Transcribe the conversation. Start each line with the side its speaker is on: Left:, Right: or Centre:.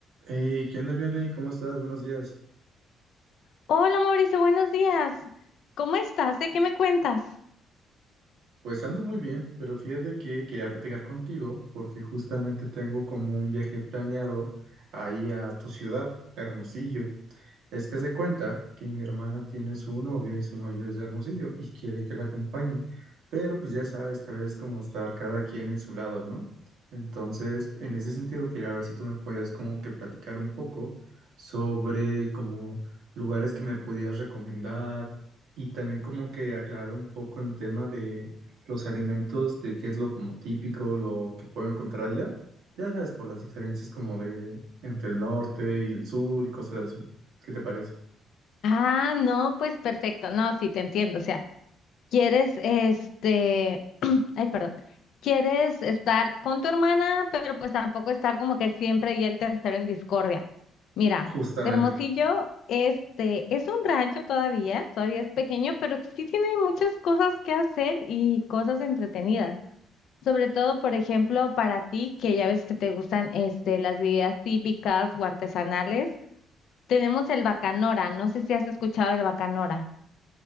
Right: Hey, ¿qué onda, Vianey? ¿Cómo estás? Buenos días.
Left: Hola Mauricio, buenos días. ¿Cómo estás? ¿De qué me cuentas?
Right: Pues ando muy bien, pero fíjate que quería platicar contigo porque justamente tengo como un viaje planeado ahí a tu ciudad, Hermosillo. Es que se cuenta que mi hermana tiene su novio y su novio es de Hermosillo y quiere que la acompañe, pero pues ya sabes que a veces como estar cada quien en su lado, ¿no? Entonces, en ese sentido, quería ver si tú me puedes como que platicar un poco sobre como lugares que me pudieras recomendar y también como que aclarar un poco el tema de los alimentos, de qué es lo como típico, lo que puedo encontrar allá, ya sabes, por las diferencias como de entre el norte y el sur y cosas así. ¿Qué te parece?
Left: Ah, no, pues perfecto. No, sí, te entiendo. O sea, quieres, este, <clears throat> ay, perdón, quieres estar con tu hermana, pero pues tampoco estar como que siempre y el tercero en discordia. Mira,
Right: Justamente.
Left: Hermosillo, este, es un rancho todavía, todavía es pequeño, pero sí tiene muchas cosas que hacer y cosas entretenidas. Sobre todo, por ejemplo, para ti, que ya ves que te gustan este, las bebidas típicas o artesanales, tenemos el bacanora. No sé si has escuchado el bacanora.